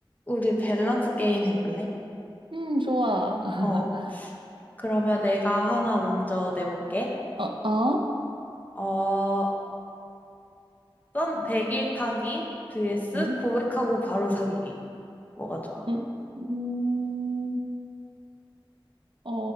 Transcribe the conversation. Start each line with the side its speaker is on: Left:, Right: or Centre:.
Left: 우리 밸런스 게임 해볼래?
Right: 음, 좋아. <laughs>
Left: 어, 그러면 내가 하나 먼저 내볼게.
Right: 어, 어?
Left: 어, 썸 100일 타기 vs
Right: 응?
Left: 고백하고 바로 사귀기. 뭐가 좋아?
Right: 음, 음, 어,